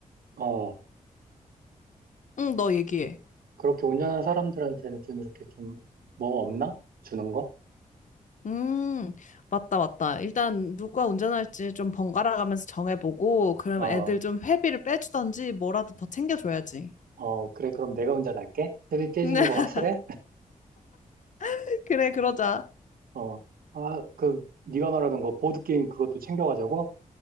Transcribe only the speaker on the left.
응, 너 얘기해.
음, 맞다, 맞다. 일단 누가 운전할지 좀 번갈아 가면서 정해보고, 그럼
애들 좀 회비를 빼주던지 뭐라도 더 챙겨줘야지.
<laughs>
네, 그래, 그러자.